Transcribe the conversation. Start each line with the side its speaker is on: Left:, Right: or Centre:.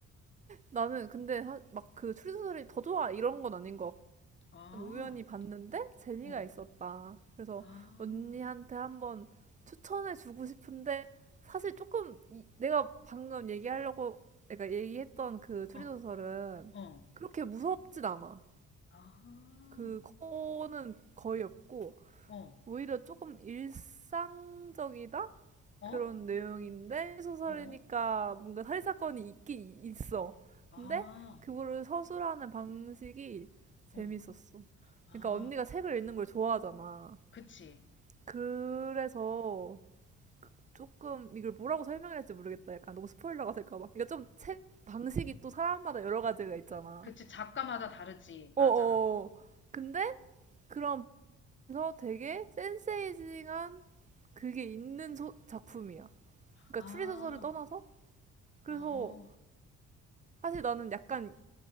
Right: 나는 근데 막 그 추리소설이 더 좋아 이런 건 아닌 것
Left: 아,
Right: 우연히 봤는데 재미가
Left: 어,
Right: 있었다. 그래서
Left: 아.
Right: 언니한테 한번 추천해 주고 싶은데 사실 조금 이- 내가 방금 얘기하려고 내가 얘기했던 그 추리소설은
Left: 어. 어.
Right: 그렇게 무섭진 않아.
Left: 아.
Right: 그거는 거의 없고
Left: 어.
Right: 오히려 조금 일상적이다?
Left: 어?
Right: 그런 내용인데 소설이니까
Left: 어?
Right: 뭔가 살인 사건이 있긴 있어.
Left: 아.
Right: 근데 그거를 서술하는 방식이
Left: 어.
Right: 재밌었어.
Left: 아.
Right: 그러니까 언니가 책을 읽는 걸 좋아하잖아.
Left: 그치.
Right: 그래서 조금 이걸 뭐라고 설명을 할지 모르겠다. 약간 너무 스포일러가 될까봐. 그러니까 좀 책
Left: 어,
Right: 방식이 또 사람마다 여러 가지가 있잖아.
Left: 그치. 작가마다 다르지.
Right: 어어.
Left: 맞아.
Right: 근데 그런 그래서 되게 센세이징한 그게 있는 소- 작품이야. 그러니까
Left: 아.
Right: 추리 소설을 떠나서 그래서
Left: 어.
Right: 사실 나는 약간